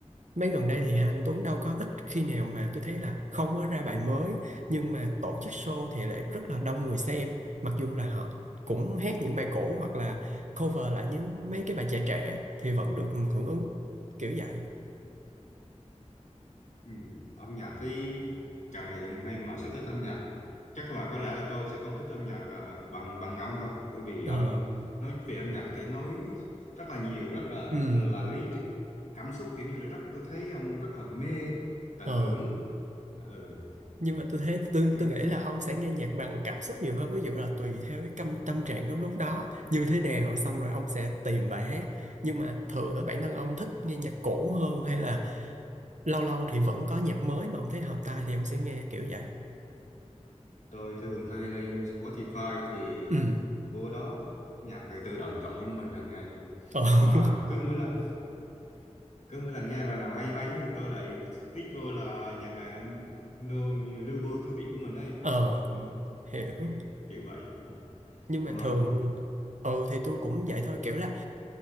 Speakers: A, on the right (about 85°); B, on the left (about 80°).
A: Mấy gần đây thì Hà Anh Tuấn đâu có ít khi nào mà tôi thấy là không có ra bài mới nhưng mà tổ chức show thì lại rất là đông người xem mặc dù là họ cũng hát những bài cũ hoặc là cover lại những mấy cái bài trẻ trẻ thì vẫn được hưởng ứng kiểu vậy
B: Ừ, âm nhạc thì càng ngày càng hay mà sở thích âm nhạc chắc là có lẽ là tôi sẽ không thích âm nhạc là bằng bằng ông đâu bởi vì
A: ờ
B: ông nói về âm nhạc có thể nói rất là nhiều rất là
A: ừ
B: là lý trí, cảm xúc kiểu như là rất tôi thấy ông rất là mê tận
A: ờ
B: hưởng ừ.
A: nhưng mà tôi thấy tôi
B: Chứ
A: tôi nghĩ là ông sẽ nghe nhạc bằng cảm xúc nhiều hơn ví dụ là tùy theo cái tâm tâm trạng của lúc đó như thế nào xong rồi ông sẽ tìm bài hát nhưng mà thường ở bản thân ông thích nghe nhạc cũ hơn hay là lâu lâu thì vẫn có nhạc mới mà ông thấy hợp tai thì ông sẽ nghe kiểu vậy
B: tôi thường hay lên Spotify thì
A: ừ
B: vô đó nhạc tự động chọn cho mình hàng ngày
A: ờ
B: mà
A: <laughs>
B: cứ mỗi lần cứ mỗi lần nghe bài nào hay hay thì tôi lại tích vô là nhạc ờ, lưu, lưu vô thư viện của mình ấy
A: ờ
B: ừ.
A: hiểu
B: Ừ, kiểu vậy Ừ.
A: nhưng
B: còn
A: mà thường
B: ông
A: ừ thì tôi cũng vậy
B: Ừ.
A: thôi kiểu là